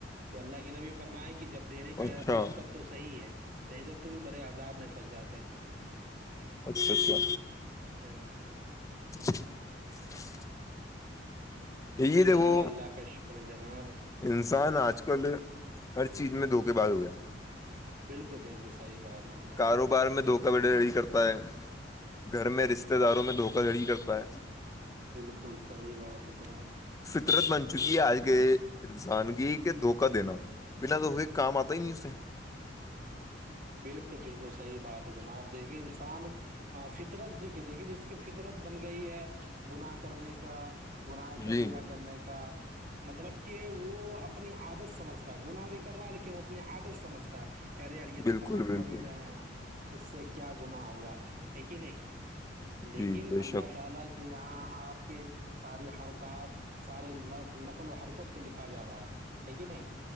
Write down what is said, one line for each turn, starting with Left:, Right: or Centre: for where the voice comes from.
Right: تو اللہ کے نبی فرمایا کہ جب دینے کا
Left: اچھا
Right: ارادہ تھا تب تو صحیح ہے رہ تو تم بڑے عذاب میں پھنس جاتے
Left: اچھا اچھا
Right: ہوں
Left: <inaudible> یہ
Right: چلیے
Left: دیکھو
Right: اللہ کا شکر ہے جناب
Left: انسان آج کل ہر چیز میں دھوکے باز ہو گیا
Right: بالکل بالکل صحیح بات ہے جناب
Left: کاروبار
Right: بالکل
Left: میں
Right: صحی
Left: دھوکہ دھڑی کرتا ہے گھر میں رشتے داروں میں دھوکا دھڑی کرتا ہے
Right: بالکل صحی بات ہے جناب
Left: قدرت بن چکی ہے آج کے انسان کی کہ دھوکا دین بنا دکے کے کام آتا ہی نہیں اس
Right: بالکل بالکل صحیح بات ہے جناب دیکھیے انسان فطرت د دیکھیے جس کی فطرت بن گئی ہے گناہ کرنے کا گناہ قبراہ
Left: جی
Right: کرنے کا مطلب کہ وہ اپنی عادت سمجھتا ہے گناہ بھی کر رہا ہے لیکن وہ اپنی عادت سمجھتا کہہ رہے ار یہ
Left: بالکل
Right: تو کام ہم
Left: بالکل
Right: کر ہی رہے ہیں اس سے کیا گنااہ ہوگا ہے کہ نہیں لیکن
Left: جی بے
Right: اللہ
Left: شک
Right: تعالی کے کہ یہاں آپ کے ساری حرکات سارے نق نقل و حرکت کو لکھا جا رہا ہے کہ نہیں